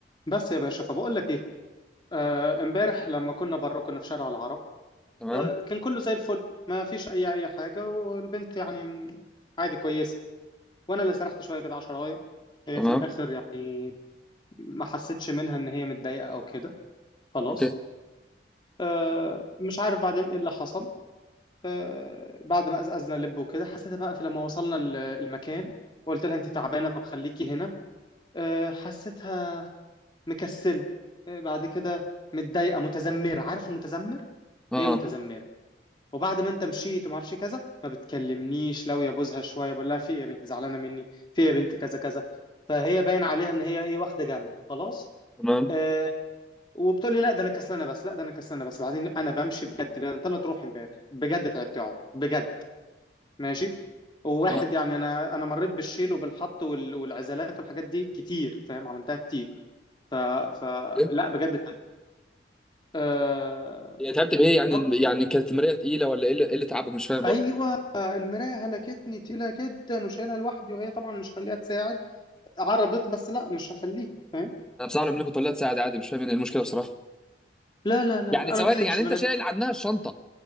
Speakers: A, on the left; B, in the centre.
A: بس يا باشا فبقول لك ايه آه، امبارح لما كنا بره كنا في شارع العرب
B: تمام
A: آه، كان كله زي الفل ما فيش اي اي حاجه والبنت يعني م- عادي كويسه وانا اللي سرحت شويه كده على شرايط هي
B: تمام
A: في الاخر يعني ما حسيتش منها ان هي متضايقه او كده خلاص
B: اوكي
A: آه، مش عارف بعدين ايه اللي حصل آه، بعد ما قزقزنا لب وكده حسيتها بقى في لما وصلنا ال- المكان وقلت لها انت تعبانه طب خليكي هنا آه، حسيتها مكسله إيه بعد كده متضايقه متذمره عارف المتذمر
B: اه
A: هي متذمره وبعد ما انت مشيت وما اعرفش كذا ما بتكلمنيش لو يبوزها شويه بقول لها في ايه يا بنت زعلانه مني في ايه يا بنت كذا كذا فهي باين عليها ان هي ايه واخده جنب خلاص
B: تمام
A: آه وبتقول لي لا ده انا كسلانه بس لا ده انا كسلانه بس بعدين انا بمشي بجد بجد انت لا تروح امبارح بجد تعبت يا عمر بجد ماشي وواحد
B: اه
A: يعني انا انا مريت بالشيل وبالحط وال- والعزلات والحاجات دي كتير فاهم عملتها كتير ف... فلا
B: ايه
A: بجد آه
B: يعني تعبت بايه يعني
A: آه،
B: يعني كانت المرايه تقيله ولا ايه اللي إيه اللي تعبك مش فاهم برضه
A: ايوه المرايه هلكتني تقيله جدا وشايلها لوحدي وهي طبعا مش هخليها تساعد عرضت بس لا مش هخليها فاهم
B: انا بصراحه لما كنت اقول لها تساعد عادي مش فاهم ايه المشكله بصراحه
A: لا لا لا
B: يعني
A: لا،
B: ثواني
A: انا ما بحبش
B: يعني انت
A: بنات
B: شايل عنها الشنطه